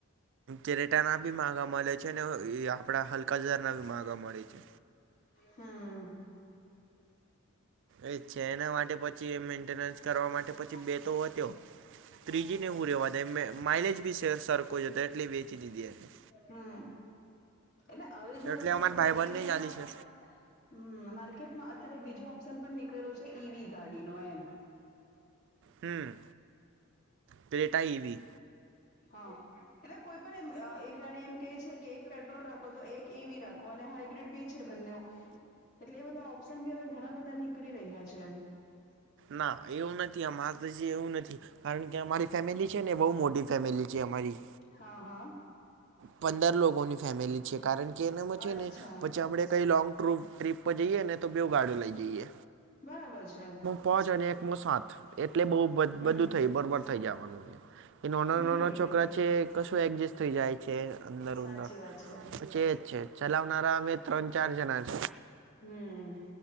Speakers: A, on the right; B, on the left.
A: કિરેટાના બી માગા મળલ છે ને એ આપડા હલકા જજાર ના માગા મળે છે
B: હમ
A: એ છે એના માટે પછી એ મેન્ટેનન્સ કરવા માટે પછી
B: <unintelligible>
A: બે તો હોત્યો ત્રીજી ને હું રેવા દે મેં માઇલેજ બી સે સરખો જ હતો એટલે વેચી દીધી હતી.
B: હમ એટલે હવે જોવા
A: એટલે અમારા
B: જાય તો
A: ભાઈબંધને
B: માર્કેટમાં
A: ચાલી છે
B: હમ માર્કેટમાં અત્યારે બીજો ઓપ્શન પણ નીકળ્યો છે ઈવી ગાડીનો એમ
A: હ પ્લેટ એવી
B: હા એ કોઈ પણ એમ એક ગાડી એમ કે છે કે એક પેટ્રોલ રાખો તો એક ઈવી રાખો અને હાઈબ્રિડ બી છે બને એટલે એ બધા ઓપ્શન બી હવે ઘણા બધા નીકળી રહ્યા છે
A: ના એવું નથી આ મા તોછ એવું નથી કારણ કે અમારી ફેમિલી છે ને બહુ મોટી ફેમિલી છે અમારી
B: હા હા
A: પંદર લોકોની ફેમિલી છે કારણ કે એનામાં છે
B: અચ્છા
A: ને પછી આપણે કઈ લોંગ ટ્રુપ ટ્રીપ પર જઈએ ને તો બેુ ગાડીઓ લઈ જઈએ
B: બરાબર છે
A: પોચ અને એક મો સાત એટલે બહ
B: હમ
A: બધું થય બરોબર થઇ જવાનું છે કે નાના
B: હમ
A: નાના છોકરા છે કશું એડજસ્ટ થઈ જાય છે અંદર
B: સાચી
A: ઉંદર
B: વાત છે
A: છેજ છે ચલાવનામે ત્રણ ચાર જણા છ
B: હમ